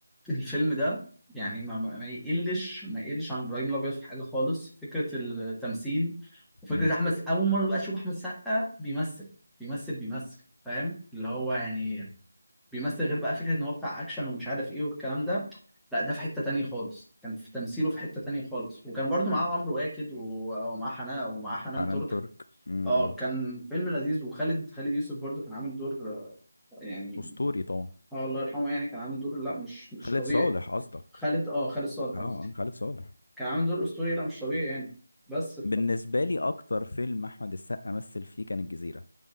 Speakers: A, in the centre; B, on the left.
A: الفيلم ده يعني ما ما ما يقلش ما يقلش عن ابراهيم الابيض في حاجه خالص فكره التمثيل وفكره
B: امم
A: احمد اول مره بقى اشوف احمد سقا بيمثل بيمثل بيمثل فاهم اللي هو يعني بيمثل غير بقى فكره ان هو بتاع اكشن ومش عارف ايه والكلام ده لا ده في حته تانية خالص كان في تمثيله في حته تانية خالص وكان برضو معاه عمرو واكد و- ومعاه حنان ومعاه حنان
B: حنان
A: ترك
B: ترك امم
A: اه كان فيلم لذيذ وخالد خالد يوسف برضو كان عامل دور آه، يعني
B: اسطوري طبعا
A: اه الله يرحمه يعني كان عامل دور لا مش مش
B: خالد
A: طبيعي
B: صالح قصدك
A: خالد اه خالد صالح
B: اه
A: قصدي
B: آه، خالد صالح
A: كان عامل دور اسطوري لا مش طبيعي يعني بس
B: بالنسبة لي اكتر فيلم احمد السقا مثل فيه كان الجزيرة